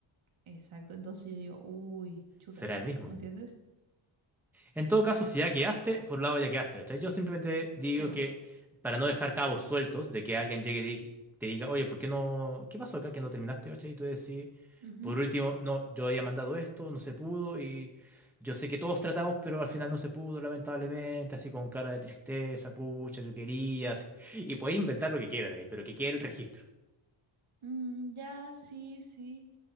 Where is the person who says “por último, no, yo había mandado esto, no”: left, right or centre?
Centre